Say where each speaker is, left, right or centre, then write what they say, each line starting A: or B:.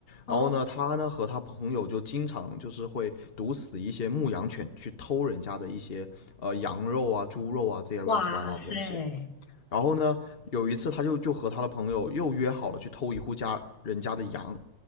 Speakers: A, on the left; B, on the left.
A: 哦，
B: 然后呢，他呢和他朋友就经常就是会毒死一些牧羊犬，去偷人家的一些呃羊肉啊、猪肉啊这些乱七八糟的东西。
A: 哇塞！
B: 然后呢，有一次他就就和他的朋友又约好了去偷一户家人家的羊，